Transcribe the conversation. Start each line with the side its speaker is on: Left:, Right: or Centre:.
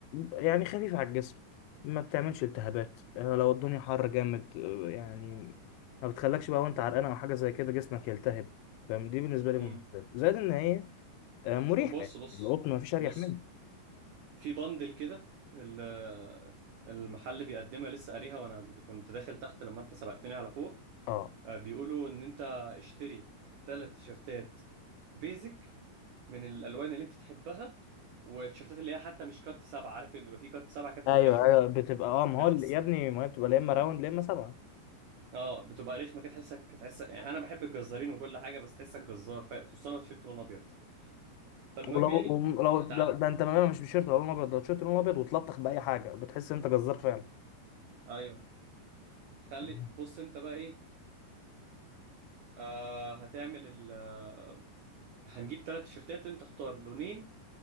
Left: يعني خفيفه على الجسم ما بتعملش التهابات آه، لو الدنيا حر جامد آه، يعني ما بتخلكش بقى وانت عرقان او حاجه زي كده جسمك يلتهب فاهم دي بالنسبه لي
Right: امم
Left: ممتاز زائد ان هي آه، مريحه
Right: طب بص
Left: يعني
Right: بص
Left: القطن ما فيش اريح
Right: بص
Left: منه
Right: في بندل كده ال- المحل بيقدمها لسه قاريها وانا كنت داخل تحت لما انت سبقتني على فوق
Left: اه
Right: آه، بيقولوا ان انت اشتري ثلاث تيشرتات بيزك من الالوان اللي انت تحبها والتيشيرتات اللي هي حتى مش كات سبعة عارف بيبقى في كات سبعة كده بتبقى
Left: ايوه
Right: رخمة
Left: ايوه بتبقى اه ما
Right: كده
Left: هو ال-
Right: تحس
Left: يا ابني ما هي بتبقى لا اما راوند لا اما سبعه
Right: اه بتبقى رخمة كده تحسك تحس يعني انا بحب الجزارين وكل حاجة بس تحسك جزار ف- خصوصا لو تيشيرت لونه ابيض فالمهم
Left: ولو
Right: يعني
Left: وم- لو
Right: تعال
Left: لو ده انت ما- مش بشيرت القلم الابيض ده تيشيرت القلم الابيض وتلطخ باي حاجه بتحس ان انت جزار فعلا
Right: ايوه خلي
Left: مم.
Right: بص انت بقى ايه آه هتعمل ال آه، هنجيب ثلاث تيشيرتات انت اختار لونين